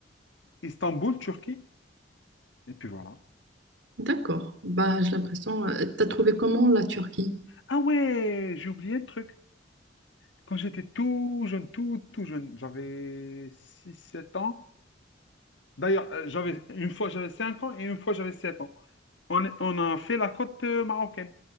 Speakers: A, on the left (about 75°); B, on the right (about 80°).
A: Istanbul, Turquie. Et puis voilà.
B: d'accord. Bah, j'ai l'impression. euh, T'as trouvé comment la Turquie?
A: Ah ouais, j'ai oublié un truc. Quand j'étais tout jeune, tout, tout jeune, j'avais six sept ans. D'ailleurs, euh, j'avais une fois j'avais 5 ans et une fois j'avais 7 ans. On, est- on a fait la côte euh, marocaine